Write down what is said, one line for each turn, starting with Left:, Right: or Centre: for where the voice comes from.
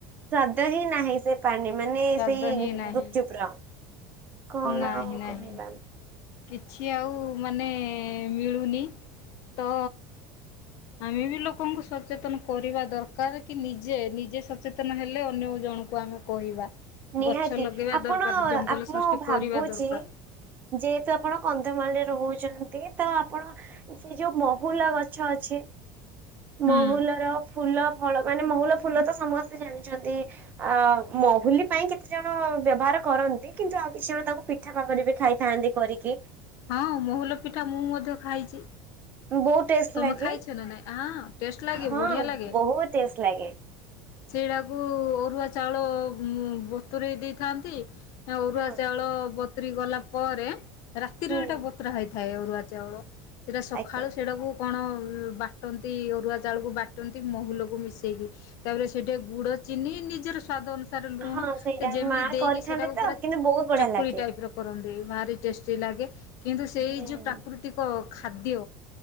Right: ସ୍ୱାଦ ହିଁ ନାହିଁ, ସେ ପାଣି ମାନେ
Left: ସ୍ଵାଦ
Right: ସେଇ
Left: ହିଁ ନାହିଁ
Right: ଗୁପଚୁପ ର କଣ
Left: ନାହିଁ
Right: ଆଉ
Left: ନାହିଁ
Right: କହିଲ।
Left: କିଛି ଆଉ ମାନେ ମିଳୁନି ତ ଆମେ ବି ଲୋକଙ୍କୁ ସଚେତନ କରିବା ଦରକାର କି ନିଜେ ନିଜେ ସଚେତନ ହେଲେ ଅନ୍ୟ ଜଣଙ୍କୁ ଆମେ କହିବା
Right: ନିହାତି
Left: ଗଛ ଲଗେଇବା
Right: ଆପଣ
Left: ଦରକାର ଜଙ୍ଗଲ
Right: ଆପ
Left: ସୃଷ୍ଟି
Right: ମୁଁ ଭାବୁଛି
Left: କରିବା ଦରକାର
Right: ଯେ ଆପଣ କନ୍ଧମାଳରେ ରହୁଛନ୍ତି ତ ଆପଣ ସେ ଯୋଉ ମହୁଲା ଗଛ ଅଛି।
Left: ହୁଁ
Right: ମହୁଲ ର ଫୁଲ <inaudible> ମାନେ ମହୁଲ ଫୁଲ ତ ସମସ୍ତେ ଜାଣିି ଯ ଯଦି ମହୁଲି ପାଇଁ କେତେଜଣ ବ୍ୟବହାର କରନ୍ତି କିନ୍ତୁ ଆଉ କିଛି ଜଣ ତାଙ୍କୁ ପିଠା ପାଖରେ ବି ଖାଇଥାନ୍ତି କରିକି।
Left: ହଁ ମହୁଲ ପିଠା ମୁଁ ମଧ୍ୟ ଖାଇଛି।
Right: ବହୁତ ଟେଷ୍ଟ
Left: ତମେ
Right: ଲାଗେ
Left: ଖାଇଛ ନା ନାଇଁ ଟେଷ୍ଟ ଲାଗେ
Right: ହଁ
Left: ବଢିଆ ଲାଗେ
Right: ବହୁତ ଟେଷ୍ଟ ଲାଗେ
Left: ସେଇଡାକୁ ଅରୁଆ ଚାଉଳ ଉ ବୁତୁରେଇ ଦେଇଥାନ୍ତି। ଅରୁଆ
Right: ହଁ
Left: ଚାଉଳ ବ ତି ଗଲା ପରେ ରାତିରେ
Right: ହୁଁ
Left: ଏଇଟା ବତରା ହେଇଥା ଅରୁଆ ଚାଉଳ ସେଇଟା ସକାଳୁ
Right: ଆଜ୍ଞା
Left: ସେଇଟାକୁ କଣ ଅ ବାଟନ୍ତି ଅରୁଆ ଚାଉଳକୁ ବାଟନ୍ତି ମହୁଲକୁ ମିଶାଇକି ତାପରେ ସେଠି ଗୁଡ଼ ଚିନି ନିଜର ସ୍ୱାଦ ଅନୁ ଲୁଣ
Right: ହଁ ସେଇଟା
Left: ଯେମିତି
Right: ମା
Left: ଦେଇକି
Right: କରିଥାନ୍ତି
Left: ସେଟା
Right: ତ
Left: ପୁରା
Right: କିନ୍ତୁ ବହୁତ ବଢିଆ
Left: ଚକୁଳି
Right: ଲାଗେ
Left: ଟାଇପ ର କରନ୍ତୁ, ସେ ଭାରି ଟେଷ୍ଟି ଲାଗେ। କିନ୍ତୁ ସେଇ
Right: ହୁଁ
Left: ଯୋଉ ପ୍ରାକୃତିକ ଖାଦ୍ୟ।